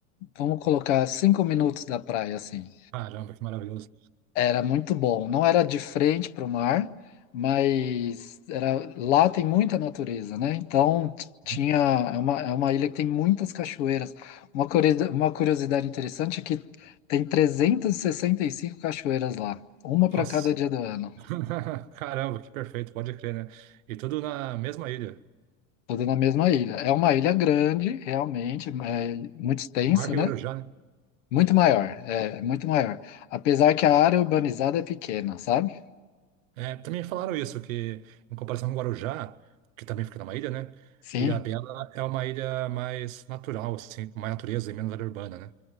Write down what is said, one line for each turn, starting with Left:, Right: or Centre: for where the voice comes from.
Left: vamos colocar, cinco minutos da praia, assim.
Right: Caramba, que maravilhoso.
Left: Era muito bom. Não era de frente para o mar, mas era, lá tem muita natureza, né? Então t- tinha
Right: Uhum.
Left: é uma, é uma ilha que tem muitas cachoeiras. Uma, curi- uma curiosidade interessante é que tem e e sessenta e cinco cachoeiras lá, uma
Right: Nossa.
Left: para cada dia do ano,
Right: <laughs> Caramba, que perfeito, pode crer, né? E tudo na mesma ilha.
Left: toda na mesma ilha. É uma ilha grande, realmente, é muito extensa,
Right: Marca
Left: né?
Right: e Guarujá, né?
Left: Muito maior, é muito maior. Apesar que a área urbanizada é pequena, sabe?
Right: É, também falaram isso, que em comparação com Guarujá, que também fica numa ilha, né?
Left: Sim,
Right: Ilha Bela é uma ilha mais natural, assim, com mais natureza e menos área urbana, né?